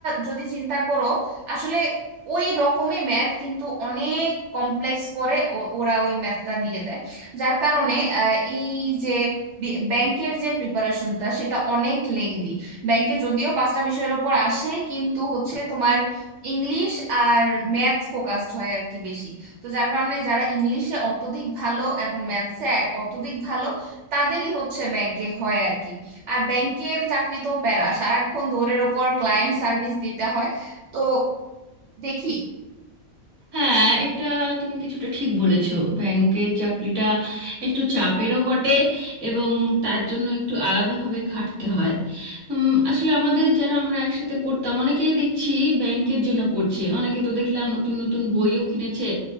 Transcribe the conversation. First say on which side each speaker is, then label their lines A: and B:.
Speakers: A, on the right (about 65°); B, on the right (about 25°).
A: যদি চিন্তা করো আসলে ওই রকমই ম্যাথ কিন্তু অনেক কমপ্লেক্স করে ও- ওরা ওই ম্যাথটা দিয়ে দেয় যার কারণে আহ, এই যে বি- ব্যাংকের যে প্রিপারেশনটা সেটা অনেক লেংদি ব্যাংকে যদিও পাঁচটা বিষয়ের ওপর আসে কিন্তু হচ্ছে তোমার ইংলিশ আর ম্যাথ ফোকাসড হয় আর কি বেশি তো যার কারণে যারা ইংলিশে অত্যধিক ভালো এবং ম্যাথসে অত্যধিক ভালো তাদেরই হচ্ছে ব্যাংকে হয় আর কি আর ব্যাংকের চাকরি তো প্যারা সারাক্ষণ দৌড়ের ওপর ক্লায়েন্ট সার্ভিস দিতে হয় তো দেখি
B: হ্যাঁ এটা তুমি কিছুটা ঠিক বলেছো ব্যাংকের চাকরিটা একটু চাপেরও বটে এবং তার জন্য একটু আলাদাভাবে খাটতে হয় উম, আসলে আমাদের যারা আমরা একসাথে পড়তাম অনেকেই দেখছি ব্যাংকের জন্য পড়ছে অনেকে তো দেখলাম নতুন নতুন বইও কিনেছে